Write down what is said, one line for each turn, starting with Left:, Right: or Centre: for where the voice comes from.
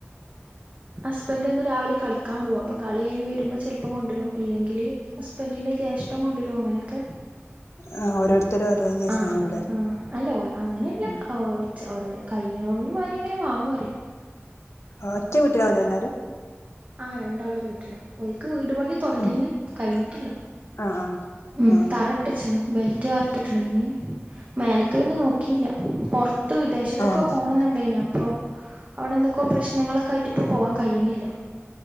Right: ഹസ്ബന്റൊന്ന് രാവിലെ കളിക്കാൻ പോകും. അപ്പൊ കളികഴിഞ്ഞ് വരുമ്പോ ചെലപ്പം കൊണ്ടരും അല്ലെങ്കി ഹസ്ബന്റിന്റെ ജ്യേഷ്ഠൻ കൊണ്ടുവരും. അങ്ങനെയൊക്കെ
Left: ആഹ് ഓരോരുത്തര് ഓരോ ദിവസം
Right: ആഹ് അങ്ങനെ
Left: ആവുല്ലേ
Right: ആ അല്ല ഓ അങ്ങനെയല്ല
Left: ഉം
Right: ഓ ചരടെ കയ്യണോലും ആരിങ്ങനെ വാങ്ങും പറയാ
Left: ആ ഒറ്റ വീട്ടിലാ അവരെല്ലാരും
Right: ആഹ് രണ്ടാളൊരു വീട്ടിലാ. ഓര്ക്ക് വീട് പണി തൊടങ്ങീന്
Left: ഉം
Right: കഴിഞ്ഞിട്ടില്ല
Left: ആഹ്
Right: ഉം
Left: ആഹ്
Right: തറ ഇട്ടച്ചണ് ബെൽറ്റ് വാർത്തിട്ടിണ്ട്. ഇഞ്ഞ് മേലക്ക് പിന്നെ നോക്കീല്ല. പൊറത് ത്ത് വിദേശത്തൊക്കെ
Left: ആഹ് ആഹ്
Right: പോണംന്ന്ണ്ടേന്. അപ്പൊ അവിടെ എന്തൊക്കെ പ്രശ്നങ്ങളൊക്കെ ആയിട്ട് ഇപ്പോ പോവാൻ കഴിയണില്ല